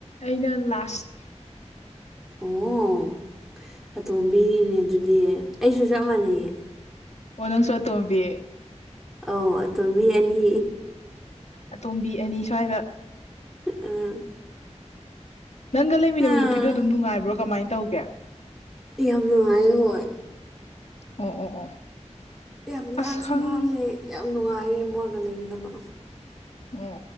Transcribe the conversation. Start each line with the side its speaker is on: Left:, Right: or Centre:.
Left: ꯑꯩꯅ ꯂꯥꯁ
Centre: ꯑꯣ ꯑꯇꯣꯝꯕꯤꯒꯤꯅꯦ ꯑꯗꯨꯗꯤ ꯑꯩꯁꯨ ꯆꯞ ꯃꯥꯟꯅꯩ
Left: ꯑꯣ ꯅꯪꯁꯨ ꯑꯇꯣꯝꯕꯤ
Centre: ꯑꯧ ꯑꯇꯣꯝꯕꯤ ꯑꯅꯤ
Left: ꯑꯇꯣꯝꯕꯤ ꯑꯅꯤ ꯁ꯭ꯋꯥꯏꯗ
Centre: ꯑꯥ
Left: ꯅꯪꯒ ꯂꯩꯃꯤꯟꯅꯕ
Centre: ꯍꯥꯝ
Left: ꯅꯨꯄꯤꯗꯣ ꯑꯗꯨꯝ ꯅꯨꯡꯉꯥꯏꯕ꯭ꯔꯣ ꯀꯃꯥꯏꯅ ꯇꯧꯒꯦ
Centre: ꯌꯥꯝ ꯅꯨꯡꯉꯥꯏ ꯍꯣꯏ
Left: ꯑꯣ ꯑꯣ ꯑꯣ
Centre: ꯌꯥꯝ ꯅꯥꯟꯁꯨ
Left: ꯑꯁ ꯈꯪ
Centre: ꯅꯥꯜꯂꯦ ꯌꯥꯝ ꯅꯨꯡꯉꯥꯏꯌꯦ ꯃꯣꯏꯒ ꯂꯩꯃꯤꯟꯅꯕ
Left: ꯑꯣ